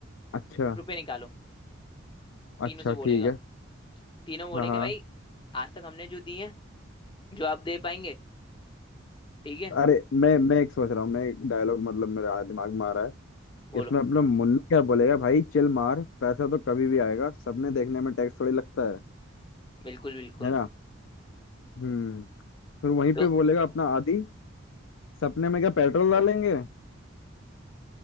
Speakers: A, on the left (about 70°); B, on the left (about 25°).
A: अच्छा
B: रुपए निकालो तीनों
A: अच्छा
B: से बोलेगा
A: ठीक है
B: तीनों बोलेंगे
A: हाँ हाँ
B: भाई आज तक हमने जो दिए हैं जो आप दे पाएंगे ठीक है
A: अरे मैं मैं एक सोच रहा हूँ मैं डायलॉग मतलब मेरा दिमाग में आ रहा है
B: बोलो
A: इसमें अपना मुन्ना क्या बोलेगा भाई चिल मार पैसा तो कभी भी आएगा सबने देखने में टैक्स थोड़ी लगता है
B: बिल्कुल बिल्कुल
A: है ना हम्म फिर वहीं
B: तो
A: पे बोलेगा अपना आदि सपने में क्या पेट्रोल डालेंगे <laughs>